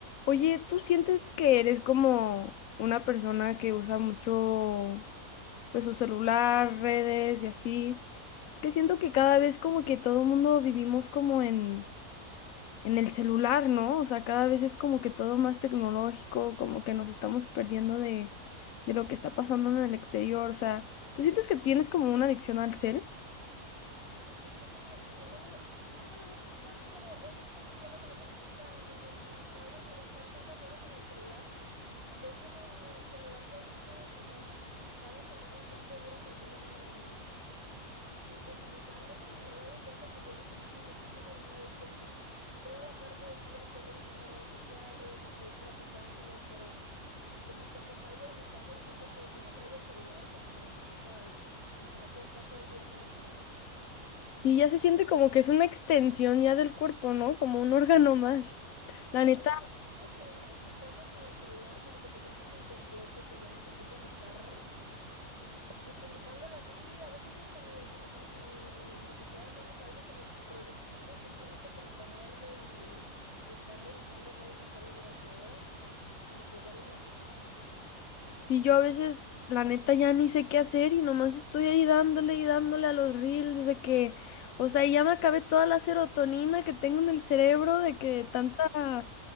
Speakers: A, on the left (about 75°); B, on the left (about 20°).
A: Oye, ¿tú sientes que eres como una persona que usa mucho pues su celular, redes y así? Que siento que cada vez como que todo el mundo vivimos como en en el celular, ¿no? O sea, cada vez es como que todo más tecnológico, como que nos estamos perdiendo de de lo que está pasando en el exterior, o sea, ¿tú sientes que tienes como una adicción al cel?
B: Yo siento que sí, no me lo, nunca lo había pensado, pero he visto que ya lo tenemos tan normalizado estar tantas horas en el celular. De hecho, en el celular te dice como cada semana cuánto duras al día en u- utilizándolo y me he dado cuenta que yo lo utilizo muchísimo y no me doy cuenta. Toda la parte del día estoy revisando redes sociales, estoy platicando, pero como que hasta salgo de mi casa y siento que si no traigo el celular, como que necesito algo, como que no puedo estar todo el día sin el celular.
A: Y ya se siente como que es una extensión ya del cuerpo, ¿no? Como un <laughs> órgano más. La
B: Sí,
A: neta
B: como que no puedes salir de tu casa sin el celular, como que te sientes incompleto, que ya necesitas estar utilizándolo así, a veces hasta ni utiliza, ni, ni siquiera hacemos algo como productivo, simplemente con tenerlo y estar revisando redes sociales durante horas, como que ya lo necesitamos.
A: Y yo a veces, la neta, ya ni sé qué hacer y nomás estoy ahí dándole y dándole a los reels de que, o sea, ya me acabé toda la serotonina que tengo en el cerebro de que tanta,